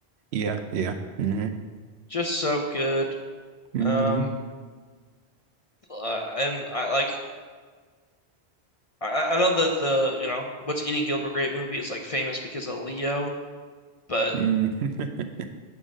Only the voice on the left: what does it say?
Just so good.
Um, uh, and I like I, I know that the you know What's Eating Gilbert Grape movie is like famous because of Leo, but